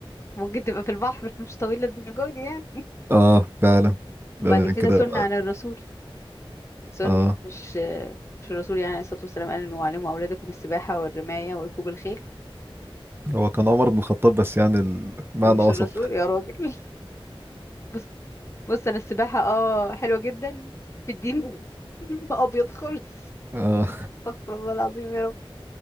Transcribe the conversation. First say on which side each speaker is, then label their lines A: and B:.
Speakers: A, on the left (about 30°); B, on the right (about 25°).
A: ممكن تبقى في البحر مش طويل الدرجة دي يعني
B: اه فعلا
A: وبعد
B: لا ده أنا
A: كده
B: كده
A: سنة
B: بقى
A: على الرسول سنة
B: اه
A: مش مش الرسول يعني عليه الصلاة والسلام قال انه علموا أولادكم السباحة والرماية وركوب الخيل
B: هو كان عمر بن الخطاب بس يعني المعنى
A: مش
B: <laughs> وصل
A: الرسول يا راجل بص بص انا السباحة اه حلوة جدا في الدين <laughs> ما ابيض خالص
B: اه
A: استغفر الله العظيم يا رب